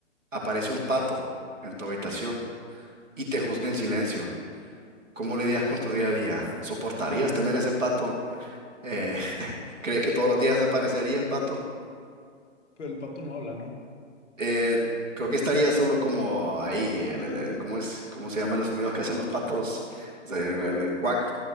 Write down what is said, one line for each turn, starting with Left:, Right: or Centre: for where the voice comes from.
Right: aparece un pato en tu habitación y te juzga en silencio. ¿Cómo lidias con tu día a día? ¿Soportarías tener ese pato? Eh, <laughs> ¿crees que todos los días aparecería el pato?
Left: Pero el pato no habla, ¿no?
Right: Eh, creo que estaría solo como ahí, el, el- el- ¿cómo es? ¿Cómo se llaman los sonidos que hacen los patos? O sea, el, el- el cuac.